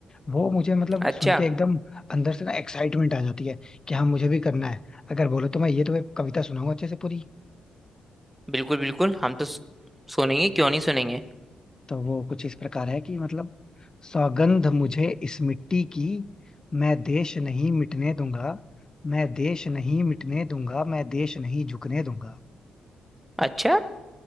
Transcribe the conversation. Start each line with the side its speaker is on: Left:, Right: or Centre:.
Left: वो मुझे मतलब
Centre: अच्छा
Left: सुन के एकदम अंदर से ना एक्साइटमेंट आ जाती है कि हाँ मुझे भी करना है अगर बोलो तो मैं ये तुम्हें कविता सुनाऊंगा अच्छे से पूरी
Centre: बिल्कुल बिल्कुल हम तो सु- सुनेंगे क्यों नहीं सुनेंगे
Left: तो वो कुछ इस प्रकार है कि मतलब सौगंध मुझे इस मिट्टी की मैं देश नहीं मिटने दूंगा मैं देश नहीं मिटने दूंगा मैं देश नहीं झुकने दूंगा
Centre: अच्छा